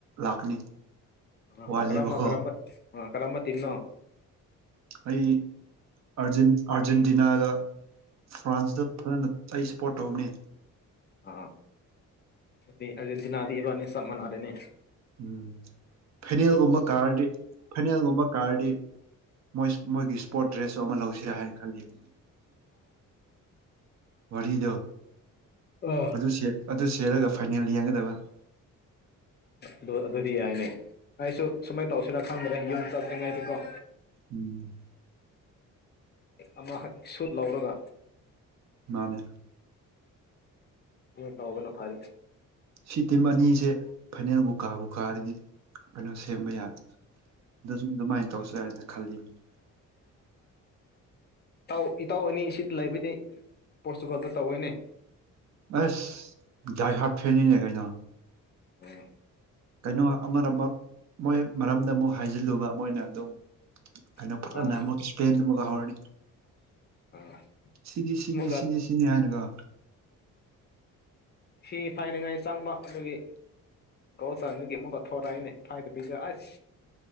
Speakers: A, on the right; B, on the left.
A: ꯂꯥꯛꯀꯅꯤ
B: ꯑ
A: ꯋꯥꯠꯂꯦꯕꯀꯣ
B: ꯀꯔꯝꯕ ꯀꯔꯝꯕ ꯑ ꯀꯔꯝꯕ ꯇꯤꯟꯅꯣ
A: ꯑꯩ ꯑꯥꯔꯖꯦꯟꯇꯤꯅꯥꯒ ꯐ꯭ꯔꯥꯟꯁꯇ ꯐꯖꯅ ꯑꯩ ꯁꯞꯄꯣꯔꯠ ꯇꯧꯝꯅꯦ
B: ꯑ ꯑ ꯑꯔꯖꯦꯟꯇꯤꯅꯥꯗꯤ ꯏꯕꯥꯅꯤ ꯁꯕ ꯃꯅꯥꯔꯦꯅꯦ
A: ꯎꯝ ꯐꯅꯦꯜꯒꯨꯝꯕ ꯀꯥꯔꯗꯤ ꯐꯅꯦꯜꯒꯨꯝꯕ ꯀꯥꯔꯗꯤ ꯣꯏ ꯃꯣꯏꯒꯤ ꯏꯁꯄꯣꯔꯠ ꯗ꯭ꯔꯦꯁꯁꯨ ꯑꯃ ꯂꯧꯁꯤꯔꯥ ꯍꯥꯏꯅ ꯈꯜꯂꯤ ꯎ ꯋꯥꯔꯤꯗꯣ
B: ꯑ
A: ꯑꯗꯨ ꯑꯗꯨ ꯁꯦꯠꯂꯒ ꯐꯥꯏꯅꯦꯜ ꯌꯦꯡꯒꯗꯕ <inaudible>
B: ꯑꯗꯨ ꯑꯗꯨꯗꯤ ꯌꯥꯏꯅꯦ ꯑꯩꯁꯨ ꯁꯨꯃꯥꯏ ꯇꯧꯁꯤꯔ ꯈꯪꯗ꯭ꯔꯦ ꯌꯨꯝ ꯆꯠꯇ꯭ꯔꯤꯉꯩꯗꯤꯀꯣ
A: ꯎꯝ
B: ꯑꯃ ꯍꯛ ꯁꯨꯠ ꯂꯧꯥꯎꯔꯒ
A: ꯃꯥꯅꯦ
B: ꯍꯣꯏ ꯇꯥꯎꯕꯅ ꯐꯔꯦ
A: ꯁꯤ ꯇꯤꯝ ꯑꯅꯤꯁꯦ ꯐꯥꯏꯅꯦꯜꯕꯨ ꯀꯥꯕꯨ ꯀꯥꯔꯗꯤ ꯀꯩꯅꯣ ꯁꯦꯝꯕ ꯌꯥ ꯑꯗꯨꯃꯥꯏꯅ ꯇꯧꯁꯨ ꯌꯥ ꯍꯥꯏꯏꯅ ꯈꯜꯂꯤꯅꯤ <inaudible>
B: ꯏꯇꯥꯎ ꯏꯇꯥꯎ ꯑꯅꯤ ꯑꯁꯤꯗ ꯂꯩꯕꯗꯤ ꯄꯣꯔꯇꯨꯒꯥꯜꯗ ꯇꯧꯑꯣꯏꯅꯦ
A: ꯑꯦ ꯗꯥꯏ ꯍꯥꯞ ꯐꯦꯟꯅꯤ ꯂꯩ ꯀꯅ
B: ꯑꯣꯝ
A: ꯀꯩꯅꯣ ꯑꯃꯔꯃꯛ ꯃꯣꯏ ꯃꯔꯝꯗ ꯑꯃꯨꯛ ꯍꯥꯏꯖꯤꯜꯂꯨꯕ ꯃꯣꯏꯅ ꯑꯗꯨꯝ ꯑꯩꯅ
B: ꯑꯥ
A: ꯄꯅꯦ ꯑꯃꯨꯛ ꯏꯁꯄ ꯑꯃꯛꯍꯔꯅꯤ
B: ꯑꯥ
A: ꯁꯤꯅꯤ ꯁꯤꯅꯤ
B: ꯑꯃꯨꯛꯀ
A: ꯁꯤꯅꯤ ꯁꯤꯅꯤ ꯍꯥꯏꯅꯒ
B: ꯐꯤ ꯐꯥꯏꯅꯤꯡꯉꯥꯏ ꯆꯪꯕ ꯑꯗꯨꯒꯤ ꯧ ꯆ ꯅꯒꯤ ꯃꯒ ꯊꯧꯣꯔ ꯍꯥꯏꯅꯦ ꯐꯥꯏꯗꯦ ꯄꯤꯖ ꯑꯁ